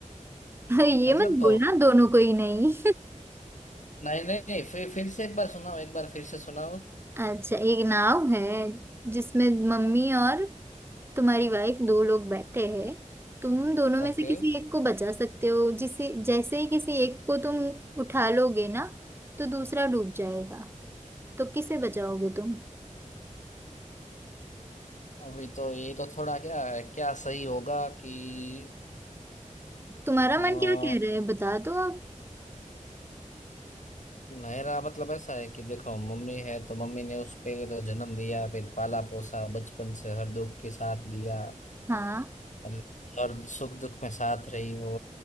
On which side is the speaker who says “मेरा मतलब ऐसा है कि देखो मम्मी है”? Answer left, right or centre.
Left